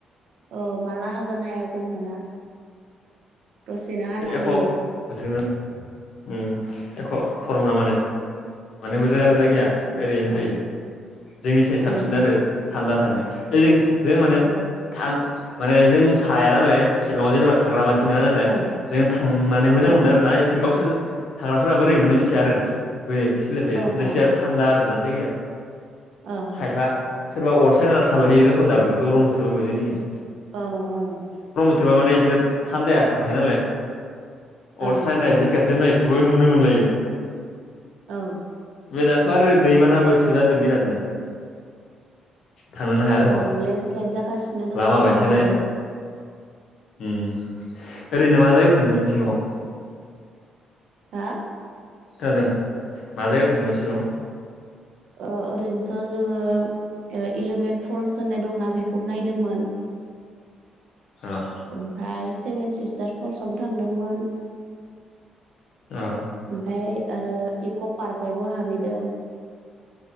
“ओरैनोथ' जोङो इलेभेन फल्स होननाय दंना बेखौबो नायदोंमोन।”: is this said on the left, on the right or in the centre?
Right